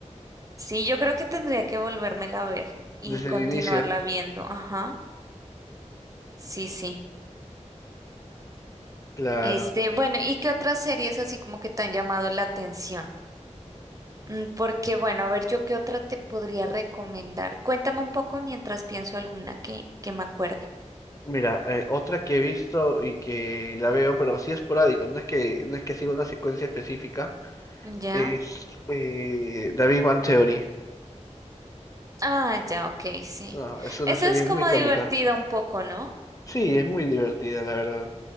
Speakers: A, on the right; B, on the left.
A: Sí, yo creo que tendría que volvérmela a ver y
B: Desde
A: continuarla
B: el inicio.
A: viendo. Ajá. Sí, sí.
B: Claro.
A: Este, bueno, ¿y qué otras series así como que te han llamado la atención? Mm, Porque, bueno, a ver, yo qué otra te podría recomendar. Cuéntame un poco mientras pienso alguna que, que me acuerde.
B: Mira, eh, otra que he visto y que la veo, pero así esporádico, no es que, no es que siga una secuencia específica,
A: ¿Ya?
B: es eh, David Bang Theory.
A: Ah, ya, ok, sí.
B: No, es una
A: Eso
B: serie
A: es como
B: muy cómica.
A: divertido un poco, ¿no?
B: Sí, es muy divertida, la verdad.